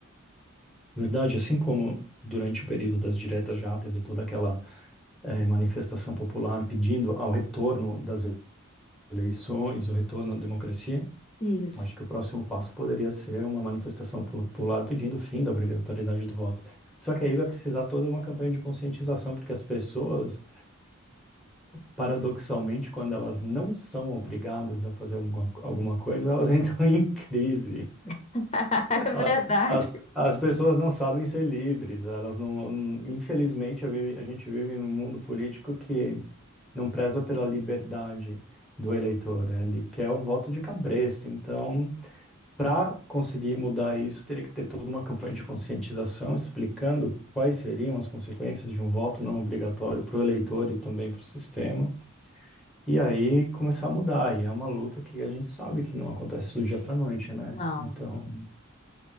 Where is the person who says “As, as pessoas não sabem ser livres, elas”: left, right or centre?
Centre